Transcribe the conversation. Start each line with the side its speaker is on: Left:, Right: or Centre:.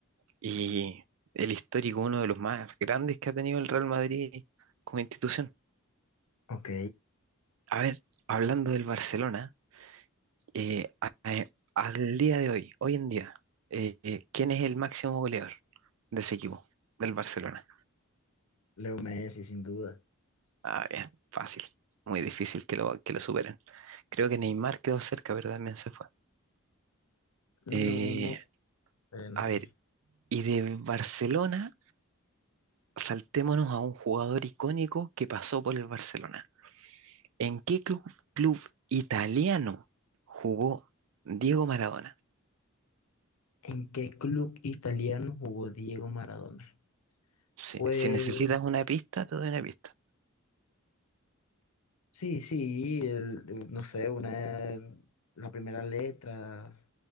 Right: y el histórico, uno de los más grandes que ha tenido el Real Madrid como institución.
Left: Ok,
Right: A ver, hablando del Barcelona, eh, a- eh, al día de hoy, hoy en día, eh, eh, ¿quién es el máximo goleador de ese equipo, del Barcelona?
Left: Leo Messi, sin duda.
Right: Ah, bien, fácil, muy difícil que lo, que lo superen. Creo que Neymar quedó cerca, pero también se fue.
Left: No,
Right: Eh,
Left: no, eh, no
Right: a
Left: sé.
Right: ver, y de Barcelona, saltémonos a un jugador icónico que pasó por el Barcelona. ¿En qué club, club italiano jugó Diego Maradona?
Left: ¿En qué club italiano jugó Diego Maradona?
Right: Si,
Left: Pues
Right: si necesitas una pista, te doy una pista.
Left: sí, sí, el- el- no sé, una, la primera letra